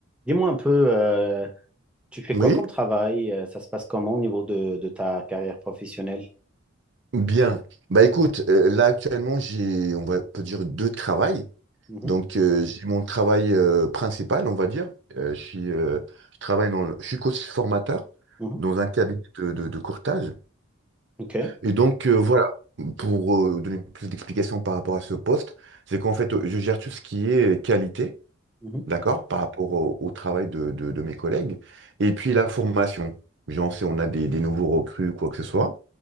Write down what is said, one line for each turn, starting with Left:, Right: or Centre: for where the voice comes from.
Centre: Dis-moi un peu, euh, tu fais
Right: Oui,
Centre: quoi comme travail? Euh, Ça se passe comment au niveau de, de ta carrière professionnelle?
Right: bien. Bah écoute, euh, là actuellement j'ai, on va peut dire deux travails.
Centre: Mhm,
Right: Donc euh, j'ai mon travail euh, principal, on va dire. Euh, je suis, euh, je travaille dans, le- je suis coach formateur
Centre: mhm,
Right: dans un cabinet de, de, de courtage.
Centre: ok.
Right: Et donc euh, voilà, pour euh, donner plus d'explications par rapport à ce poste, c'est qu'en fait euh, je gère tout ce qui est qualité.
Centre: mhm,
Right: d'accord, par rapport au, au travail de, de- de mes collègues. Et puis la formation. Genre, si on a des, des nouveaux recrues ou quoi que ce soit,